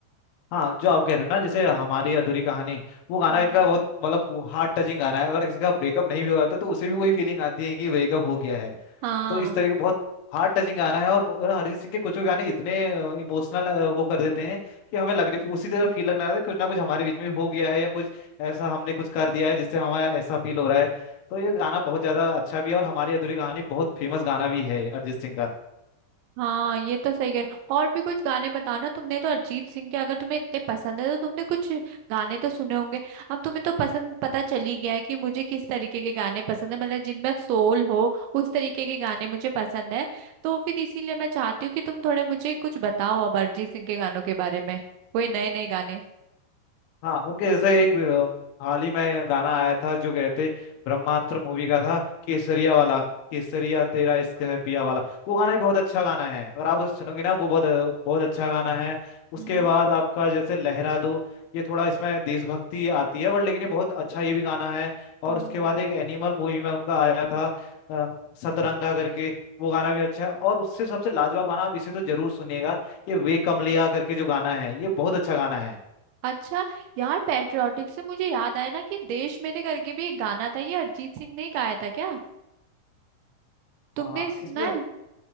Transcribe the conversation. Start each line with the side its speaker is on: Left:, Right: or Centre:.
Left: हाँ जो आप कह रहे हो ना जैसे हमारी अधूरी कहानी वो गाना
Right: हम्म
Left: इनका बहुत मतलब हार्ट टचिंग गाना है अगर किसी का ब्रेकअप नहीं भी हुआ था तो उसे भी वही फीलिंग आती है कि ब्रेकअप हो गया है
Right: हाँ
Left: तो इस तरीके बहुत हार्ट टचिंग गाना है और ब- अरिजीत सिंह के कुछ गाने इतने इमोशनल वो कर देते हैं कि हमें लगने उसी तरह फील लगने लगता है कुछ ना कुछ हमारे बीच में हो गया है या कुछ ऐसा हमने कुछ कर दिया है जिससे हमारा ऐसा फील हो रहा है तो ये गाना बहुत ज्यादा अच्छा भी है और हमारी अधूरी कहानी बहुत फेमस गाना भी है अरिजीत सिंह का
Right: हाँ ये तो सही कह रहे हो। और भी कुछ गाने बताना तुमने तो अरिजीत सिंह के अगर तुम्हें इतने पसंद है तो तुमने कुछ गाने तो सुने होंगे अब तुम्हें तो पसंद पता चल ही गया है कि मुझे किस तरीके के गाने पसंद है मतलब जिनमें सोल हो उस तरीके के गाने मुझे पसंद है तो फिर इसीलिए मैं चाहती हूँ कि तुम थोड़े मुझे कुछ बताओ अब अरिजीत सिंह के गानों के बारे में कोई नए नए गाने
Left: हाँ उनके जैसे एक अ, हाल ही में गाना आया था जो गए थे ब्रह्मास्त्र मूवी का था केसरिया वाला केसरिया तेरा इश्क है पिया वाला वो गाना भी बहुत अच्छा गाना है अगर आप उसे सुनोगे ना वो बहुत बहुत अच्छा गाना है उसके
Right: हम्म
Left: बाद आपका जैसे लहरा दो ये थोड़ा इसमें देशभक्ति आती है बट लेकिन ये बहुत अच्छा ये भी गाना है और
Right: हम्म।
Left: उसके बाद एक एनिमल मूवी में उनका आया था अ, सतरंगा करके वो गाना भी अच्छा है और उससे सबसे लाजवाब गाना आप इसे तो जरूर सुनिएगा ये वे कमलिया करके जो गाना है ये बहुत अच्छा गाना है
Right: अच्छा यार पैट्रियोटिक से मुझे याद आया ना कि देश मेरे करके भी एक गाना था ये अरिजीत सिंह ने ही गाया था क्या तुमने
Left: हाँ
Right: सुना
Left: इसमें
Right: है